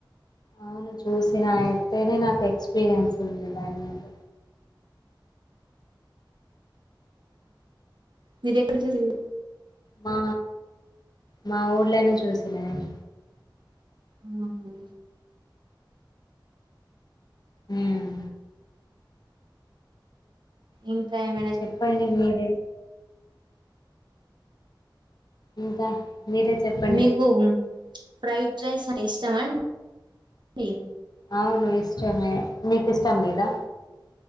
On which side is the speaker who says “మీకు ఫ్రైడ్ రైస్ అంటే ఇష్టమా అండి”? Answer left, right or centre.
Right